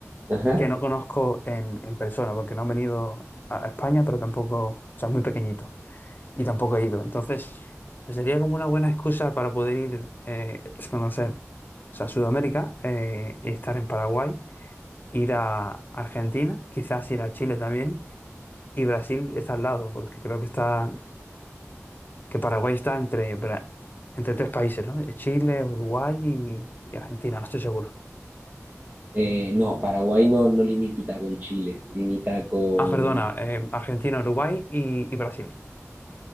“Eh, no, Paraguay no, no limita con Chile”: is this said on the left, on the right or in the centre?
Right